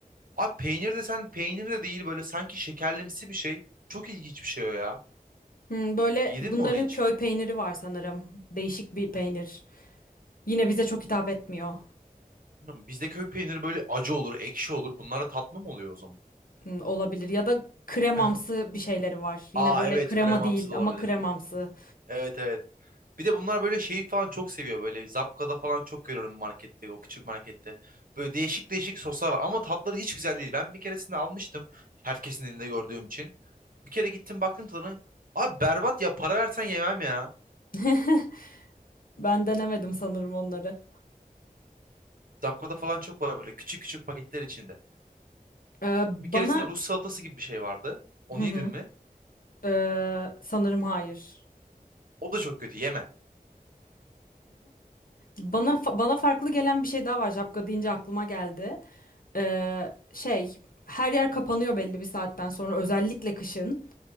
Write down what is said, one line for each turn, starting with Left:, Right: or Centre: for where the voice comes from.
Right: Abi peynir de sen peynir de değil böyle sanki şekerlimsi bir şey. Çok ilginç bir şey o ya.
Left: Hmm, böyle
Right: Yedin
Left: bunların
Right: mi onu hiç?
Left: köy peyniri var sanırım. Değişik bir peynir. Yine bize çok hitap etmiyor.
Right: Bilmiyorum, Bizde köy peyniri böyle acı olur, ekşi olur. Bunlara tatlı mı oluyor o zaman?
Left: Hmm, Olabilir ya da kremamsı
Right: <laughs>
Left: bir şeyleri var. Yine
Right: Aa
Left: böyle
Right: evet
Left: krema
Right: kremamsı
Left: değil
Right: da olabilir.
Left: ama kremamsı.
Right: Evet evet. Bir de bunlar böyle şeyi falan çok seviyor. Böyle Zapkada falan çok görüyorum markette, o küçük markette. Böyle değişik değişik soslar var ama tatları hiç güzel değil. Ben bir keresinde almıştım. Herkesin elinde gördüğüm için. Bir kere gittim baktım tadına. Abi berbat ya para versen yemem ya.
Left: <laughs> Ben denemedim sanırım onları.
Right: Zapkada falan çok var böyle küçük küçük paketler içinde.
Left: Ee, bana
Right: Bir keresinde Rus salatası gibi bir şey vardı. Onu
Left: hı
Right: yedin
Left: hı.
Right: mi?
Left: Ee, sanırım hayır.
Right: O da çok kötü yeme.
Left: Bana fa- bana farklı gelen bir şey daha var. Şapka deyince aklıma geldi. Ee, şey her yer kapanıyor belli bir saatten sonra özellikle kışın.